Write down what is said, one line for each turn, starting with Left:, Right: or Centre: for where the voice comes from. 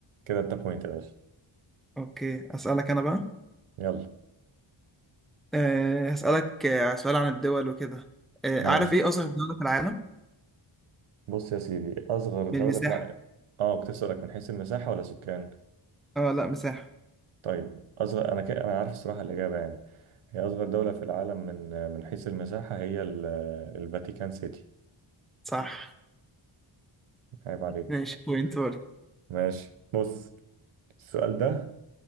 Right: كده انت بوينت يا باشا
Centre: اوكي اسألك انا بقى
Right: يلا
Centre: أه هسألك آه، سؤال عن الدول وكده أه
Right: ماشي
Centre: عارف ايه أصغر دولة في العالم
Right: بص يا سيدي اصغر دوله
Centre: بالمساحة
Right: في العالم اه كنت اسالك من حيث المساحه ولا سكان
Centre: اه لا مساحة
Right: طيب أصغر أنا كده أنا عارف الصراحة الإجابة يعني هي أصغر دولة في العالم من من حيث المساحة هي ال- الفاتيكان سيتي
Centre: صح
Right: عيب عليك
Centre: ماشي بوينت برضه
Right: ماشي بص السؤال ده